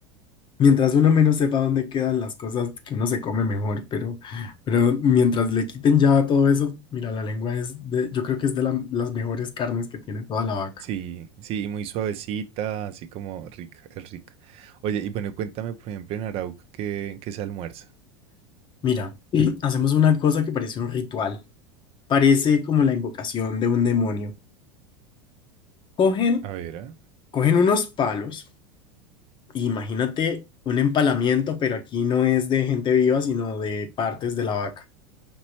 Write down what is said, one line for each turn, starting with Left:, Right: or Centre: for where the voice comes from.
Left: Mientras uno menos sepa dónde quedan las cosas que uno se come mejor, pero, pero mientras le quiten ya todo eso, mira, la lengua es de, yo creo que es de la- las mejores carnes que tiene toda la vaca.
Right: Sí, sí, muy suavecita, así como rica, es rica. Oye, y bueno, cuéntame, por ejemplo, en Arauca, ¿qué, qué se almuerza?
Left: Mira, <clears throat> hacemos una cosa que parece un ritual, parece como la invocación de un demonio. Cogen,
Right: A ver, ¿ah?
Left: cogen unos palos, e imagínate un empalamiento, pero aquí no es de gente viva, sino de partes de la vaca.